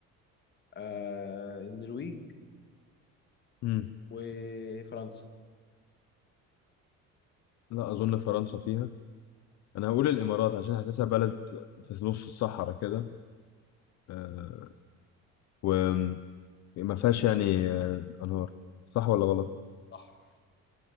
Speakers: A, on the left (about 35°); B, on the left (about 60°).
A: آه... النرويج
B: امم
A: وفرنسا
B: لا اظن فرنسا فيها انا هقول الامارات عشان حاسسها بلد في نص الصحراء كده آه، وما فيهاش يعني آه، انهار صح ولا غلط
A: صح